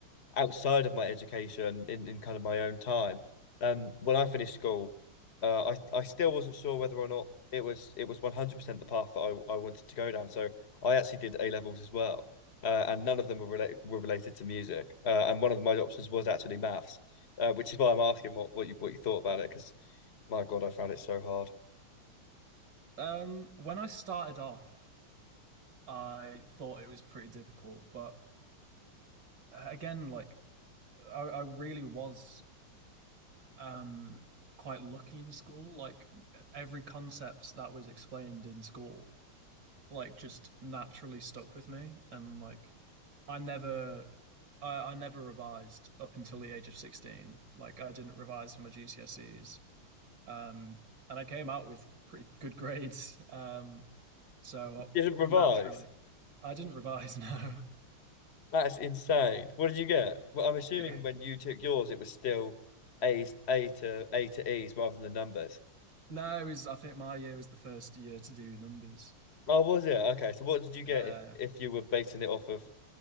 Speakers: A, on the left; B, on the right.
A: outside of my education in, in kind of my own time. Um, when I finished school, uh, I I still wasn't sure whether or not it was it was 100% the path that I, I wanted to go down. So I actually did A levels as well, uh, and none of them were related were related to music. Uh, and one of my options was actually maths, uh, which is why I'm asking what, what you what you thought about it because my God, I found it so hard.
B: um, when I started off, I thought it was pretty difficult, but uh, again, like I, I really was um quite lucky in school. Like every concept that was explained in school, like just naturally stuck with me, and like I never. I, I never revised up until the age of 16. Like I didn't revise for my GCSEs. Um, and I came out with pretty good grades. Um, so
A: Didn't revise.
B: naturally, I didn't revise no. <laughs>
A: That's insane. What did you get? Well, I'm assuming
B: Yeah.
A: when you took yours, it was still A's A to A to E's rather than the numbers.
B: No, it was I think my year was the first year to do numbers.
A: Oh, was it? Okay. So what did you
B: Yeah.
A: get if if you were basing it off of